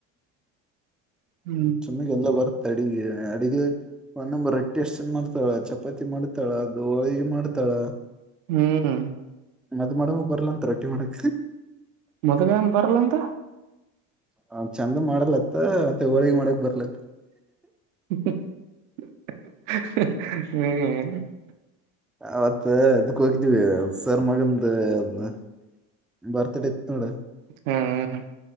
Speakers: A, on the right; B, in the centre.
A: ಹ್ಮ್
B: ಚಿನ್ನುಗ್ ಎಲ್ಲ ಬರತ್ ಅಡಿಗಿ ಅಡಿಗ್ ಒನ್ನ ನಂಬರ್ ರೊಟ್ಟಿ ಅಷ್ಟಂದ ಮಾಡ್ತಾಳ ಚಪಾತಿ ಮಾಡ್ತಾಳ ಅದು ಹೋಳಿಗಿ ಮಾಡ್ತಾಳ
A: ಹ್ಮ್.
B: ಮದು ಮ್ಯಾಡಮ್ ಗು ಬರಲ್ಲ ಅಂತ ರೊಟ್ಟಿ ಮಾಡಕ್
A: ಮದು ಮ್ಯಾಮ್ ಗ್ ಬರಲ್ಲ ಅಂತ.
B: ಹ ಚೆಂದ ಮಾಡಲತ್ತ ಮತ್ತೆ ಹೋಳಿಗಿ ಮಾಡಕ್ ಬರಲ್ಲತ್ತ.
A: ಹ್ಮ್.
B: ಅವತ್ ಇದಕ್ಕ ಹೋಗಿದ್ದೀವಿ ಸರ್ ಮಗಂದ ಅ ಬರ್ತ್ಡೇ ಇತ್ತ ನೋಡ
A: ಹ್ಮ್ ಹ್ಮ.